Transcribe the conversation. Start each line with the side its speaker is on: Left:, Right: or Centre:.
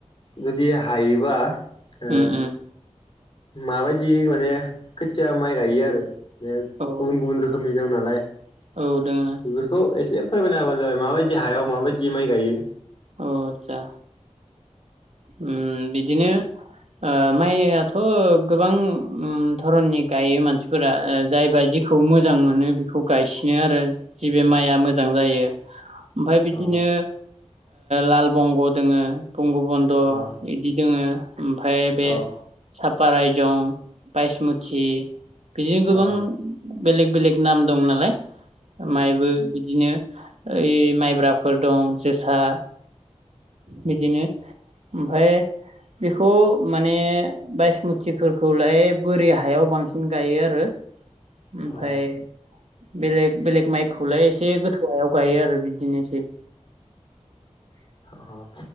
Left: जुदि हायोबा ए
Right: उम उम
Left: माबायदि माने खोथिया माइ गायो आरो बे
Right: औ
Left: गुबुन गुबुन रोखोमनि दं नालाय बेफोरखौ
Right: औ दोङो
Left: एसे फोरमायना होबानो जाबाय माबायदि हायाव माबायदि माइ गायो।
Right: अ आटसा उम बिदिनो माइयाथ' गोबां धरननि गायो मानसिफोरा जायबा जिखौ मोजां मोनो बेखौ गायसिनो आरो जि बे माइआ मोजां जायो। ओमफफ्राय बिदिनो।
Left: अ
Right: लाल बंग' दोङो। बंग बन्द
Left: अ
Right: बिदि दोङो। ओमफफ्राय बे
Left: अ
Right: साब। बारायजं। बायसमुथि बिदिनो गोबां।
Left: अ
Right: बेलेग बेलेग नाम दं नालाय। मायबो बिदिनो। ओइ माइब्राफोर दं जो। सा। बिदिनो ओमफाय बेखौ माने बायसमुथिफोरखौलाय बोरि हायाव बांसिन गायो आरो। ओमफ्राय।
Left: अ
Right: बेलेग बेलेग माइखौलाय एसे गोथौायाव गायो आरो बिदिनोसै।
Left: आं।